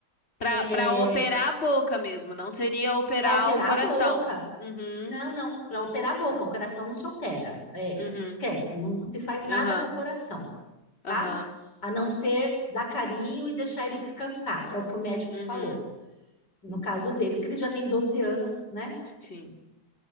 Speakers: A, on the left; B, on the left.
A: Pra,
B: É,
A: pra operar a boca mesmo, não seria operar
B: Para operar
A: o coração.
B: a boca.
A: Uhum,
B: Não, não, para operar a boca, o coração não se opera. É,
A: uhum,
B: esquece, não, não se faz nada
A: aham,
B: com o coração,
A: aham,
B: tá? A não ser dar carinho e deixar ele descansar. É o que o médico
A: uhum,
B: falou. No caso dele, porque ele já tem 12 anos, né?
A: sim,